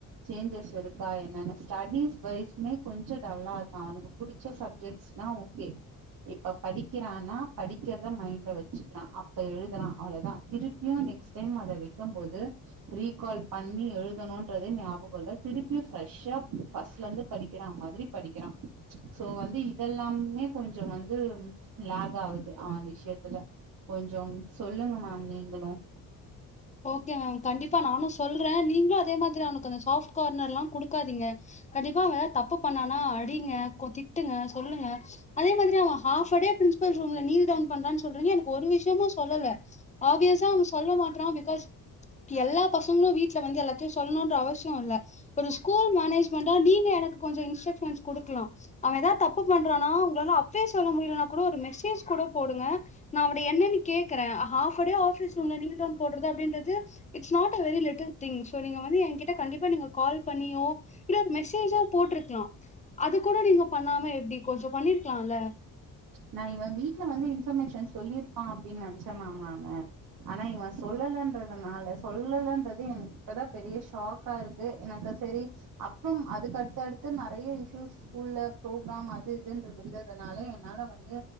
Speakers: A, on the right; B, on the left.
A: சேஞ்சஸ் இருக்கா என்னன்ன ஸ்டடிஸ் வைஸ்மே கொஞ்சோ டல்லா இருக்கான் அவனுக்கு புடிச்ச சப் சப்ஜெக்ட்ஸ்னா ஓகே இப்ப படிக்கிறான்னா படிக்கிறத மைண்ட்ல வச்சுக்கிறான் அப்ப எழுதுறான் அவ்ளோதான் திருப்பியும் நெக்ஸ்ட் டைம் அத வைக்கும் போது ரீகால் பண்ணி எழுதணும்ன்றதே ஞாபகம் இல்ல திருப்பியும் ஃப்ரெஷ்ஷா ஃபஸ்ட்ல இருந்து படிக்கிறான் மாதிரி படிக்கிறான் ச்சு சோ வந்து இதெல்லாமே கொஞ்சோ வந் ந்து லெக்கு ஆகுது அவன் விஷயத்துல கொஞ்சோம் சொல்லுங்க மேம் நீங்களும்
B: ஓகே மேம் கண்டிப்பா நானும் சொல்றேன் நீங்களும் அதே மாதிரி அவனுக்கு அந்த சாஃப்ட் கார்னர் எல்லா குடுக்காதீங்க கண்டிப்பா அவன் ஏதாவது தப்பு பண்ணானா அடிங்க கொ திட்டுங்க சொல்லுங்க அதே மாதிரி அவன் ஹப் அ டே பிரசபல் ரூம்ல நீல் டவுன் பண்றான்னு சொல்றீங்க எனக்கு ஒரு விஷயமும் சொல்லல ஆபியஸா அவன் சொல்ல மாற்றான் பி காஸ் எல்லா பசங்களும் வீட்ல வந்து எல்லாத்தையும் சொல்லணும்ன்ற அவசியம் இல்ல ஒரு ஸ்கூல் மேனேஜ்மெண்டா நீங்க எனக்கு கொஞ்சோ இன்ஸ்ட்ரக்ஷன்ஸ் குடுக்கலா அவன் ஏதாவது தப்பு பண்றானா உங்களால அப்பே சொல்ல முடியலன்னா கூட ஒரு மெசேஜ் கூட போடுங்க நான் அவன்ட என்னன்னு கேக்குறேன் ஹப் அ டே ஆஃபீஸ் ரூம்ல நீல்டவுன் போடுறத அப்டின்றது it's not a very little thing so நீங்க வந்து என்கிட்ட கண்டிப்பா நீங்க கால் பண்ணியோ இல்ல மெசேஜ்ஜோ போட்டிருக்கலா அது கூட நீங்க பண்ணாம எப்படி கொஞ்சோ பண்ணிருக்கல்ல
A: ச்சு நா இவன் வீட்டுல வந்து இன்பர்மேஷன் சொல்லியிருப்பான் அப்படின்னு நெனச்சேன் மேம் நானு ஆனா இவன் சொல்லலன்றதுனால சொல்லன்றது எனக்கு இப்பதான் பெரிய ஷாக்கா இருக்கு எனக்கு செரி அப்புறம் அதுக்கு அடுத்து அடுத்து நெறையா இயூஸ் ஸ்கூல்ல ப்ரோக்ராம் அது இதுன்று இருந்ததுனால என்னால வந் வந்து